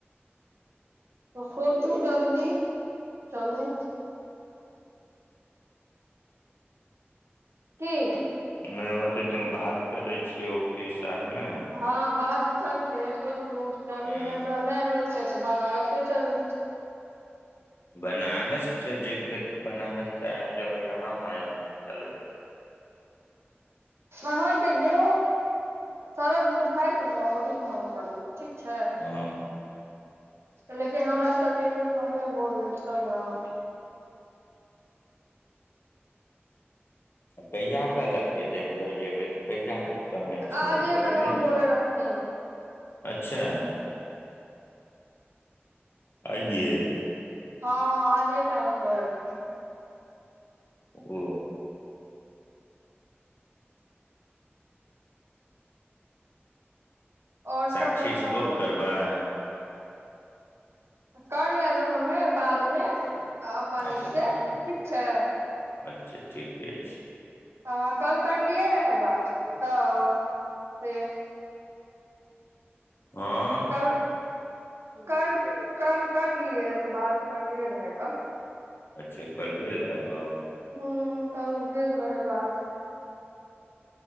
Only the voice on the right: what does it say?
तऽ सोचू जल्दी चलू। की
हँ बात करते सोचू चलू
नय तऽ नय होइ छै तऽ बनारसे चलू।
अहाँके जो सरल बुझाइत ने ओहि काम करू ठीक छै।
लेकिन हमरा सबके एक दिन पहले बोल देेब तब न।
आजे
के नाम
बोले
रहथिन
हँ आजे काम करै छै।
और सब
बताबू
कर लेबै हमे बादमे अपन
ई से
ठीक छै।
हँ कल करलियै रहे बात तऽ से
कल कर कर करलियै रहे तऽ बात करलियै रहे कल।
हूं कल भेल रहै बात